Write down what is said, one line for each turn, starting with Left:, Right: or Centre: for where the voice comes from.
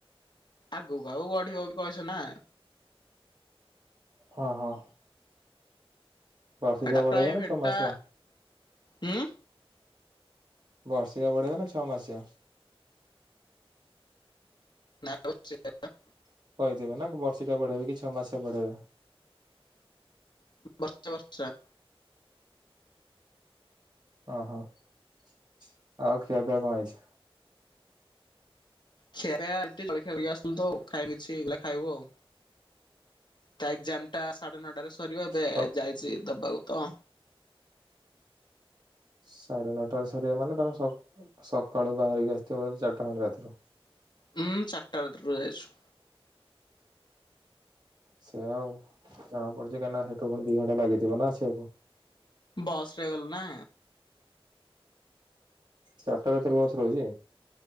Left: ଆଗକୁ ଆଉ ବଢିବ ବି କହିଛ ନା।
Right: ହଁ ହଁ। ବର୍ଷିକିଆ
Left: ହେଟା
Right: ବଢେଇବ
Left: ପ୍ରାଇଭେଟ
Right: ନା ଛଅ
Left: ଟା
Right: ମାସିଆ?
Left: ଉଁ
Right: ବର୍ଷିକା ବଡେଇବେ ନା ଛଅ ମାସିଆ?
Left: ନା <inaudible>
Right: କହିଥିବେ ନା କ ବର୍ଷିକା ବଢେଇବେ କି ଛଅ ମାସିଆ ବଢେଇବେ।
Left: ବର୍ଷେ ବର୍ଷିଆ।
Right: ଓହୋ ଆଉ ଖିଆପିଆ କଣ ହେଇଛି?
Left: ଖିଆପିଆ ଆଜି ଟିକେ ଜଳଖିଆ କରି ଆସିଥିଲୁ ତ ଖାଇନୁ କିଛି ଏଇବେଳା ଖାଇବୁ ଆଉ। ତା ଏଗଜାମଟା ସାଢେ ନଅଟାରେ ସରିବ ଏବେ
Right: ସ
Left: ଯାଇଚି ଦବାକୁ ତ।
Right: ସାଢ଼େ ନଅଟାରେ ସରିବା ମାନେ ତମେ ସ ସକାଳୁ ବାହାରିକି ଆସିଥିବ ବୋଧେ ଚାରଟା ଖଣ୍ଟେ ରାତିରୁ।
Left: ହୁଁ ଚାରିଟା ରାତିରୁ ପରିଆସିଚୁ
Right: ସେଆ ଆଉ ଜଣା ପଡୁଛି କାହିଁକିନା ସେଠୁ ପୁଣି ଦି ଘଣ୍ଟା ଲାଗିଥିବ ନା ଆସିବାକୁ।
Left: ବସ୍ ରେ ଗଲୁ ନା।
Right: ଚାରିଟା ରାତିରୁ ବସ ରହୁଛି?